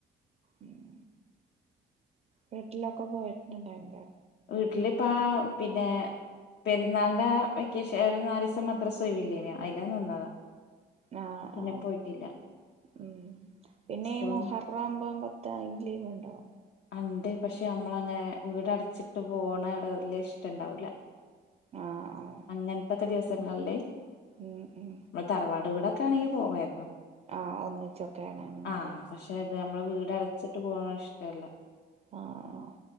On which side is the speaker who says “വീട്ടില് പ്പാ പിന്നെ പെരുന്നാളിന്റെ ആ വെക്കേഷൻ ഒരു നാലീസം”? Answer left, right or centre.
Left